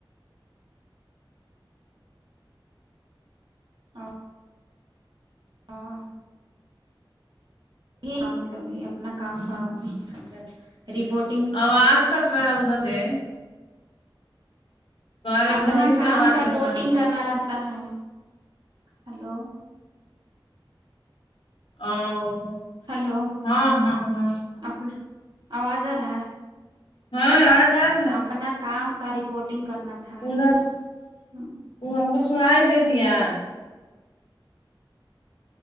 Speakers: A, on the right (about 60°); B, on the left (about 80°).
A: آں ہاں یہ مطلب یہ اپنا کام کا رپورٹ
B: آواز کٹ رہا ہے ادھر سے کرے ادھر
A: اپنا
B: ہی سے
A: کام
B: آواز
A: کا
B: کٹ
A: رپورٹنگ
B: رہا ہے
A: کرنا رہتا ہے ہلو
B: او
A: ہلو
B: ہاں ہاں ہاں
A: اپنا آواز آ رہا ہے
B: ہاں آواز آر
A: اپنا کام کا رپورٹنگ کرنا تھا
B: ادھر
A: اس میں ہاں
B: وہ ہم کو سنائی دے دیا